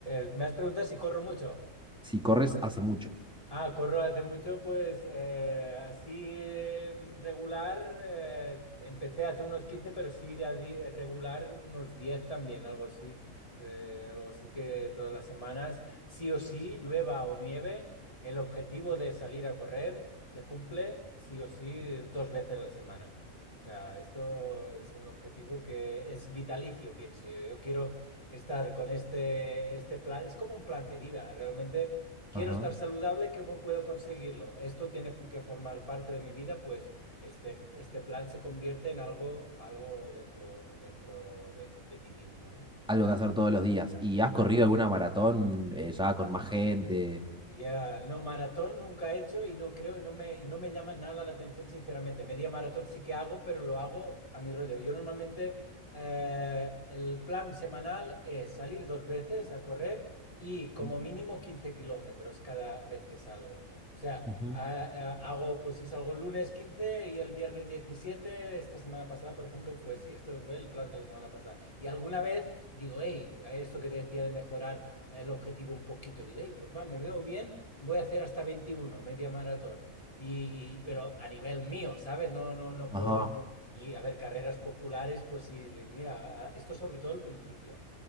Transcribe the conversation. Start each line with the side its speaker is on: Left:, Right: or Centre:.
Left: eh, me has preguntado si corro mucho.
Centre: Si corres hace mucho.
Left: Ah, corro hace mucho, pues eh, así eh, regular, eh, empecé hace unos 15, pero sí de a di- eh, regular unos 10 también, algo así. Eh, algo así que todas las semanas, sí o sí, llueva o nieve, el objetivo de salir a correr se cumple sí o sí dos veces a la semana. O sea, esto es un objetivo que es vitalicio, pienso yo. Yo quiero estar con este, este plan, es como un plan de vida, realmente. Quiero
Centre: Ajá.
Left: estar saludable, ¿cómo puedo conseguirlo? Esto tiene fu- que formar parte de mi vida, pues este, este plan se convierte en algo, algo dentro, dentro de, de ti mismo, ¿no?
Centre: Algo que hacer todos los días. ¿Y
Left: Sí.
Centre: has corrido alguna maratón eh, ya con más gente?
Left: Ya, No, maratón nunca he hecho y no creo, no me, y no me llama nada la atención, sinceramente. Media maratón sí que hago, pero lo hago a mi rollo. Yo normalmente eh, el plan semanal es salir dos veces a correr y como
Centre: Ujú,
Left: mínimo 15 kilómetros cada vez que salgo. O sea,
Centre: ujú.
Left: a- a- hago, pues si salgo el lunes 15 y el viernes 17 esta semana pasada, por ejemplo, fue así. Esto fue el plan de la semana pasada. Y alguna vez digo, hey, esto que te decía de mejorar el objetivo un poquito. Digo, "Ey, pues va, me veo bien, voy a hacer hasta veintiuno media maratón. Y, y- pero a nivel mío, ¿sabes? No, no, no
Centre: Ajá,
Left: puedo. no- Y a ver, carreras populares, pues sí, mira, a- esto sobre todo al principio.